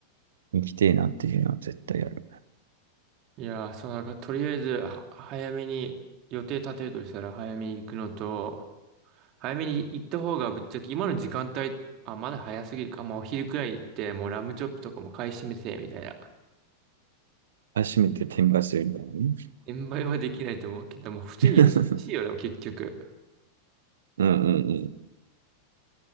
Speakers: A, on the right; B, on the right.
A: 行きてえなっていうのは絶対ある。
B: いやー、そうなんか、とりあえず、は早めに予定立てるとしたら、早めに行くのと、早めに行った方がぶっちゃけ、今の時間帯、あ、まだ早すぎるか、まあお昼くらい行って、もうラムチョップとかも買い占めて、みたいな。
A: 初めて転売するみたいなね。
B: 転売はできないと思うけど、もう普通に安いよ、
A: <laughs>
B: でも結局。
A: うんうんうん。